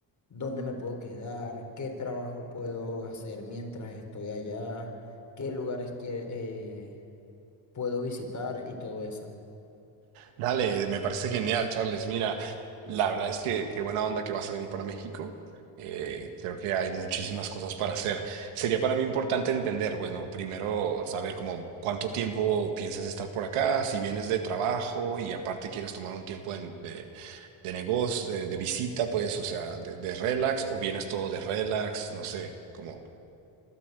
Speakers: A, on the left; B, on the right.
A: dónde me puedo quedar, qué trabajo puedo hacer mientras estoy allá, qué lugares que, eh, puedo visitar y todo eso.
B: Dale, me parece genial, Charles. Mira, la verdad es que qué buena onda que vas a venir para México. Eh, creo que hay muchísimas cosas para hacer. Sería para mí importante entender, bueno, primero saber como cuánto tiempo piensas estar por acá, si vienes de trabajo y aparte quieres tomar un tiempo de, de, de negocio, eh, de visita, pues, o sea, de, de relax, o vienes todo de relax, no sé, cómo,